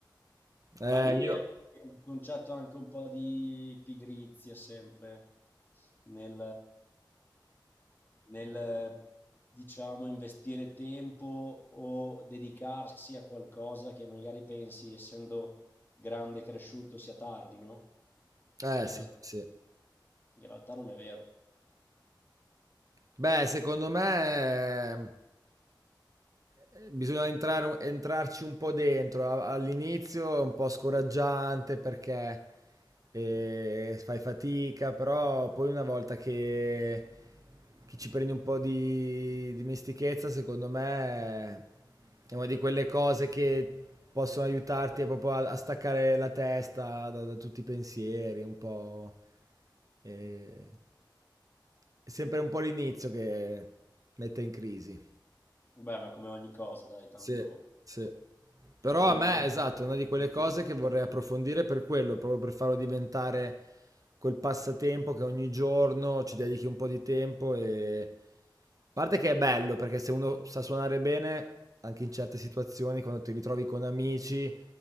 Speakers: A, on the right (about 45°); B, on the left (about 25°).
A: Eh,
B: Ma lì
A: io...
B: è un concetto anche un po' di pigrizia sempre, nel, nel, diciamo, investire tempo o dedicarsi a qualcosa che magari pensi, essendo grande e cresciuto, sia tardi, no?
A: Eh,
B: E in
A: sì,
B: realtà...
A: sì.
B: In realtà non è vero.
A: Beh, secondo me eh, bisogna entrare, un- entrarci un po' dentro. A- All'inizio è un po' scoraggiante perché eh, fai fatica, però poi una volta che, che ci prendi un po' di dimestichezza, secondo me è una di quelle cose che possono aiutarti proprio a, a staccare la testa da, da tutti i pensieri, un po'... eh, È sempre un po' l'inizio che mette in crisi.
B: Vabbè, ma come ogni cosa, dai, tanto
A: Sì, sì.
B: ci
A: Però
B: vuole
A: a me,
B: un po'
A: esatto, è una di quelle
B: di...
A: cose che vorrei approfondire per quello, proprio per farlo diventare quel passatempo che ogni giorno ci dedichi un po' di tempo e... A parte che è bello, perché se uno sa suonare bene, anche in certe situazioni, quando ti ritrovi con amici,